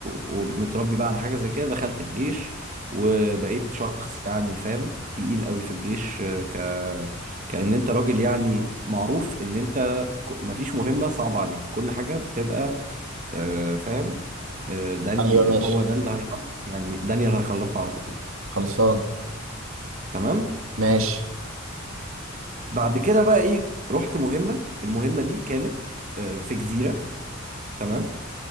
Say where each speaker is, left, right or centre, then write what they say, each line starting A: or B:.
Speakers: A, on the right; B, on the right.
A: ومتربي بقى على حاجة زي كده دخلت الجيش وبقيت شخص يعني فاهم تقيل قوي في الجيش آه، ك... كأن انت راجل يعني معروف ان انت ك- مفيش مهمة صعبة عليك كل حاجة بتبقى آه، فاهم آه، داني
B: ايوه ماشي
A: هو ده اللي هيخلص يعني دانيال هيخلصه على طول
B: خلصان
A: تمام
B: ماشي
A: بعد كده بقى ايه رحت مهمة المهمة دي كانت آه، في جزيرة تمام